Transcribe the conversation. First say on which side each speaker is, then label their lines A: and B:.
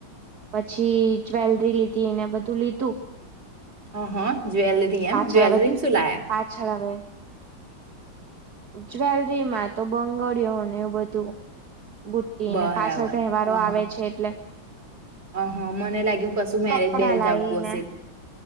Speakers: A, on the right; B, on the right.
A: પછી જ્વેલરી લીધી ને બધું લીધું.
B: હા હા જ્વેલરી
A: પાછળ
B: એમ જ્વેલરી
A: આવે
B: સુલાયા
A: પાછળ આવે જ્વેલરીમાં તો બંગળીયોને એ બધું બુટી
B: બરાબર
A: ને પાછળ તહેવારો
B: હ હ
A: આવે છે એટલે.
B: હ હા મને લાગ્યું કશું મેરેજ
A: કપડા
B: બેરેજ
A: લાઈને
B: આવતું હશે.